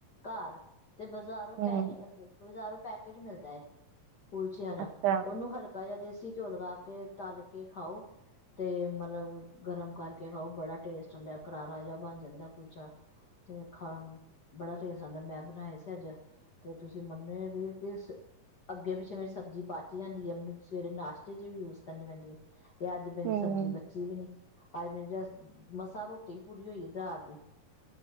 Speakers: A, on the left (about 45°); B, on the right (about 75°).
A: ਘਾਰ ਤੇ ਬਾਜ਼ਾਰ
B: ਹਮ
A: ਪੈਹੇ, ਬਜ਼ਾਰੋ ਪੈਕੇਟ ਮਿਲਦਾ ਏ ਕੁਲਚਿਆਂ ਦਾ,
B: ਅੱਛਾ
A: ਉਹਨੂੰ ਹਲ ਕਾ ਜਾਂ ਦੇਸੀ ਘਿਓ ਲਗਾ ਕੇ ਤਲ ਕੇ ਖਾਓ। ਤੇ ਮਲਬ, ਗਰਮ ਕਰਕੇ ਖਾਓ ਬੜਾ ਟੇਸਟ ਹੁੰਦਾ ਏ ਕਰਾਰਾ ਜਿਹਾ ਬਣ ਜਾਂਦਾ ਕੁਲਚਾ। ਤੇ ਖਾ, ਬੜਾ ਟੇਸਟ ਆਦਾਂ ਮੈਂ ਬਣਾਏ ਸੀ ਅੱਜ। ਤੇ ਤੁਸੀਂ ਮੰਨੇਗੇ ਕਿਸ ਅੱਗੇ-ਪਿੱਛੇ ਮੇਰੀ ਸਬਜ਼ੀ ਬਚ ਜਾਂਦੀ ਐ। ਮਨੂ ਸਵੇਰੇ ਨਾਸ਼ਤੇ ਚ ਵੀ ਯੂਸ ਕਰਨੀ ਪੈਂਦੀ ਏ। ਤੇ ਅੱਜ ਮੇਰੀ
B: ਹਮ
A: ਸਬਜ਼ੀ ਬੱਚੀ ਵੀ ਨੀ, ਅੱਜ ਮੇਰੀ ਮਸਾਂ ਰੋਟੀ ਪੂਰੀ ਹੋਈ ਰਾਤ ਦੀ।